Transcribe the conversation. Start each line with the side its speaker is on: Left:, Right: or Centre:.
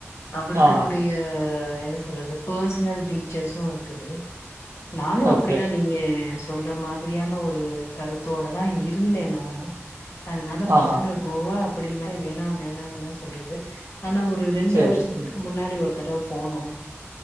Left: மக்களுடைய
Right: ஆஹா.
Left: என்ன சொல்றது பர்சனல் பீச்சர்ஸும் இருக்குது நானும்
Right: ஓகே.
Left: அப்படிதா நீங்க சொல்ற மாதிரியான ஒரு கருத்தோட தான் இருந்தேன் நானும் அதனால
Right: ஆஹா.
Left: பசங்க கோவா அப்படின்னா வேணாம் வேணாம்னு தான் சொல்றது ஆனா ஒரு ரெண்டு
Right: சரி.
Left: வருஷத்து
Right: ம்.
Left: முன்னாடி ஒரு தடவ போனோம்